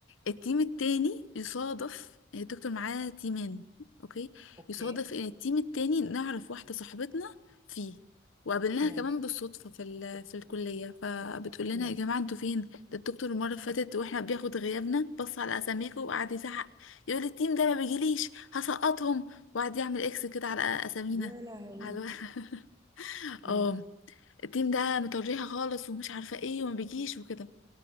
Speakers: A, on the left (about 75°); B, on the right (about 20°).
A: التيم التاني يصادف الدكتور معاه تيمين اوكي
B: اوكي
A: يصادف ان التيم التاني نعرف واحدة صاحبتنا فيه وقابلناها
B: م.
A: كمان بالصدفة في ال... في الكلية فبتقول لنا
B: م.
A: يا جماعة انتوا فين ده الدكتور المرة اللي فاتت واحنا بياخد غيابنا بص على اساميكم وقعد يزعق يقول التيم ده ما بيجيليش هسقطهم وقعد يعمل اكس كده على اسامينا
B: يا لهوي
A: على <laughs>
B: م.
A: اه التيم ده مطريها خالص ومش عارفة ايه وما بيجيش وكده